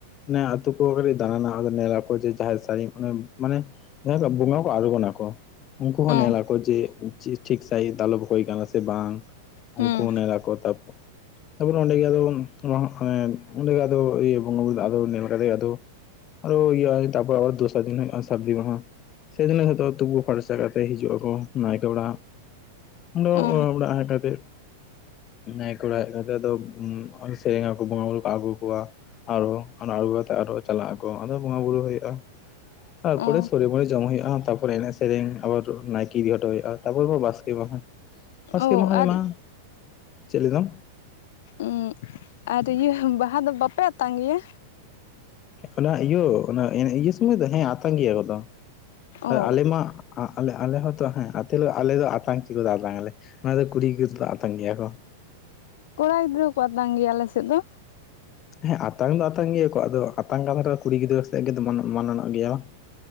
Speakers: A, on the left; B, on the left.
A: ᱚᱱᱮ ᱟᱹᱛᱩ ᱠᱚ ᱠᱟᱹᱴᱤᱡ ᱫᱟᱬᱟᱱᱟ ᱧᱮᱞᱟᱠᱚ ᱡᱮ ᱡᱟᱦᱟᱸᱨ ᱥᱟᱹᱲᱤᱢ ᱚᱱᱮ ᱢᱟᱱᱮ ᱡᱟᱦᱟᱸ ᱵᱚᱸᱜᱟ ᱠᱚ ᱟᱬᱜᱚᱱᱟ ᱠᱚ ᱩᱱᱠᱩ ᱦᱚᱸ
B: ᱚ
A: ᱧᱮᱞᱟᱠᱚ ᱡᱮ ᱴᱷᱤᱠ ᱴᱷᱤᱠ ᱥᱟᱭᱤᱡ ᱫᱟᱞᱚᱵ ᱦᱩᱭ ᱠᱟᱱᱟ ᱥᱮ ᱵᱟᱝ,
B: ᱦᱩᱸ
A: ᱩᱱᱠᱩ ᱦᱚᱸ ᱱᱮᱞ ᱟᱠᱚ ᱛᱟᱯᱚᱨ ᱛᱟᱨᱯᱚᱨᱮ ᱚᱸᱰᱮᱜ ᱟᱫᱚ ᱱᱚᱣᱟ ᱮᱸ ᱚᱸᱰᱮ ᱟᱫᱚ ᱤᱛᱟᱹ ᱵᱚᱸᱜᱟᱼ ᱵᱩᱨᱩ ᱱᱮᱦᱚᱨ ᱟᱫᱚ ᱟᱨᱚ ᱤᱭᱟᱹ ᱛᱟᱯᱚᱨ ᱫᱚᱥᱟᱨ ᱫᱤᱱ ᱥᱟᱨᱫᱤ ᱢᱟᱦᱟ᱾ ᱥᱮ ᱫᱤᱱ ᱦᱤᱞᱚᱜ ᱛᱩᱯᱩ ᱯᱷᱟᱨᱪᱟ ᱠᱟᱛᱮᱫ ᱦᱤᱡᱩᱜ ᱟᱠᱚ ᱱᱟᱭᱠᱮ ᱚᱲᱟᱜ᱾ ᱟᱫᱚ
B: ᱚ
A: ᱚᱲᱟᱜ ᱦᱮᱡ ᱠᱟᱛᱮ ᱱᱟᱭᱠᱮ ᱚᱲᱟᱜ ᱦᱮᱡ ᱠᱟᱛᱮ ᱟᱫᱚ ᱥᱮᱨᱮᱧᱟ ᱠᱚ ᱵᱚᱸᱜᱟᱼ ᱵᱩᱨᱩ ᱠᱚ ᱟᱹᱜᱩ ᱠᱚᱣᱟ᱾ ᱟᱨᱦᱚ ᱚᱱᱟ ᱟᱬᱜᱩ ᱠᱟᱛᱮᱜ ᱟᱨᱦᱚ ᱪᱟᱞᱟᱜ ᱟᱠᱚ ᱟᱫᱚ ᱵᱚᱸᱜᱟ ᱵᱩᱨᱩ ᱦᱩᱭᱩᱜᱼᱟ᱾ ᱛᱟᱨᱯᱚᱨᱮ
B: ᱚ
A: ᱥᱚᱲᱮ ᱢᱚᱲᱮ ᱡᱚᱢ ᱦᱩᱭᱩᱜ ᱦᱩᱭᱩᱜᱼᱟ ᱛᱟᱨᱯᱚᱨ ᱮᱱᱮᱡ ᱥᱮᱨᱮᱧ ᱟᱨ ᱱᱟᱭᱠᱮ ᱤᱫᱤ ᱦᱚᱴᱚ ᱦᱩᱭᱩᱜᱼᱟ᱾ ᱛᱟᱯᱚᱨ ᱵᱟᱥᱠᱮ ᱢᱟᱦᱟ, ᱵᱟᱥᱠᱮ
B: ᱚ
A: ᱢᱟᱦᱟ ᱨᱮᱢᱟ,
B: ᱟᱨ
A: ᱪᱮᱫ ᱞᱮᱠᱟ?
B: ᱩᱸᱜ ᱟᱨ ᱤᱭᱟᱹ ᱵᱟᱦᱟ ᱫᱚ ᱵᱟᱯᱮ ᱟᱛᱟᱝ ᱜᱮᱭᱟ?
A: ᱚᱱᱟ ᱤᱭᱟᱹ ᱚᱱᱟ ᱤᱭᱟᱹ ᱥᱚᱢᱚᱭ ᱫᱚ ᱦᱮᱸ ᱟᱛᱟᱝ ᱜᱮᱭᱟ ᱠᱚᱛᱚ,
B: ᱚ
A: ᱟᱞᱮ ᱢᱟ ᱟᱞᱮ ᱟᱞᱮ ᱦᱚᱸᱛᱚ ᱦᱮᱸ ᱟᱞᱮ ᱫᱚ ᱟᱛᱟᱝ ᱪᱮᱫᱟᱜ ᱟᱛᱟᱝ ᱟᱞᱮ ᱚᱱᱟ ᱫᱚ ᱠᱩᱲᱤ ᱜᱤᱫᱽᱨᱟᱹ ᱫᱚ ᱟᱛᱟᱝ ᱜᱮᱭᱟ ᱠᱚ᱾
B: ᱠᱚᱲᱟ ᱜᱤᱫᱽᱨᱟᱹ ᱠᱚ ᱟᱛᱟᱝ ᱜᱮᱭᱟ ᱟᱞᱮᱥᱮᱫ ᱫᱚ᱾
A: ᱦᱮᱸ ᱟᱛᱟᱝ ᱫᱚ ᱟᱛᱟᱝ ᱜᱮᱭᱟᱠᱚ ᱟᱫᱚ ᱟᱛᱟᱝ ᱠᱟᱱ ᱠᱩᱲᱤ ᱜᱤᱫᱽᱨᱟᱹ ᱜᱮ ᱢᱟᱱᱚᱱᱚᱜ ᱜᱮᱭᱟ